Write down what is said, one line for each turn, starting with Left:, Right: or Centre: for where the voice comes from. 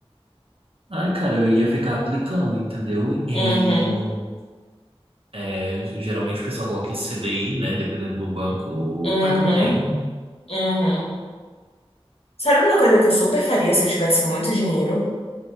Right: Ai, cara, eu ia ficar aplicando, entendeu? Em,
Left: uhum,
Right: é, geralmente o pessoal coloca em C D I né? Dependendo do banco,
Left: uhum,
Right: paga bem.
Left: uhum. Sabe uma coisa que eu super faria se eu tivesse muito dinheiro?